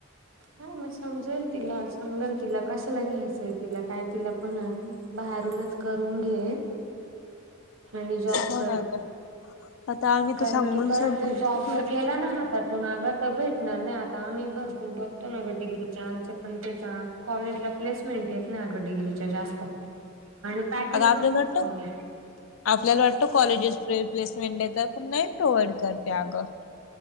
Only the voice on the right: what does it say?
हां मी समजवेल तिला सांगल तिला कशाला घ्यायचंय तिला काय तिला- पण नायकी बाहेरूनच करून घे. आणि जॉब
कर
कारण
की परत
जॉब
जर जे गेला ना - हातातून आगं तर भेटणार नाही आता आम्ही भरपूर बघ- त्या नां गं डीग्रीच्या आमच्या पण तेच आं कॉलेजला प्लेसमेंट येत नाय येत डीग्रीच्या जास्त आणि पॅकेज
पण खूप
कमीय-